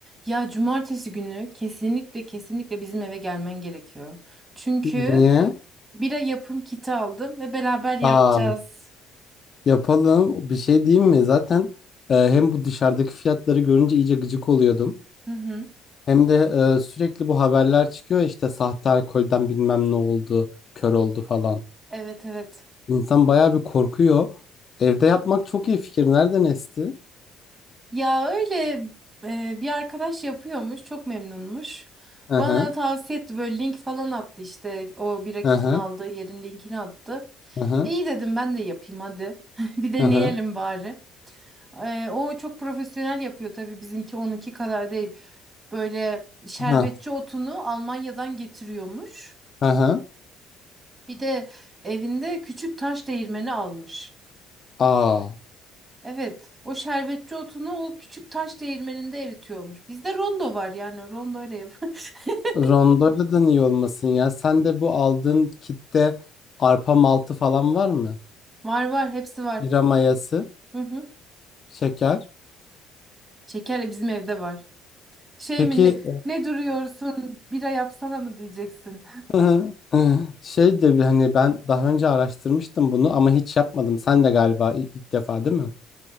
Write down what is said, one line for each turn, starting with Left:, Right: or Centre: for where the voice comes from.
Right: Ya cumartesi günü kesinlikle kesinlikle bizim eve gelmen gerekiyor. Çünkü
Left: Niye?
Right: bira yapım kiti aldım ve beraber yapacağız.
Left: Aa, yapalım. Bir şey diyeyim mi? Zaten e, hem bu dışarıdaki fiyatları görünce iyice gıcık oluyordum.
Right: Hı hı.
Left: Hem de e, sürekli bu haberler çıkıyor ya işte sahte alkolden bilmem ne oldu, kör oldu falan.
Right: Evet evet.
Left: İnsan bayağı bir korkuyor. Evde yapmak çok iyi fikir. Nereden esti?
Right: Ya öyle e, bir arkadaş yapıyormuş, çok memnunmuş.
Left: Hı hı.
Right: Bana da tavsiye etti böyle link falan attı işte o bira kitini
Left: Hı hı.
Right: aldığı yerin linkini attı.
Left: Hı hı.
Right: E, İyi dedim ben de yapayım hadi. <laughs> Bir deneyelim
Left: Hı hı.
Right: bari. Ee, o çok profesyonel yapıyor tabii bizimki onunki kadar değil. Böyle şerbetçi
Left: Hı
Right: otunu Almanya'dan getiriyormuş.
Left: hı. hı.
Right: Bir de evinde küçük taş değirmeni almış.
Left: Aa.
Right: Evet, o şerbetçi otunu o küçük taş değirmeninde eritiyormuş. Bizde rondo var yani rondo ile yap. <laughs>
Left: Rondoladan iyi olmasın ya. Sen de bu aldığın kitte arpa maltı falan var mı?
Right: Var var hepsi var.
Left: Bira mayası,
Right: Hı hı.
Left: şeker.
Right: Şeker de bizim evde var. Şey
Left: Peki
Right: mi ne, ne duruyorsun bira yapsana mı diyeceksin.
Left: e, <laughs> şey de bir hani ben daha önce araştırmıştım bunu ama hiç yapmadım. Sen de galiba ilk, ilk defa değil mi?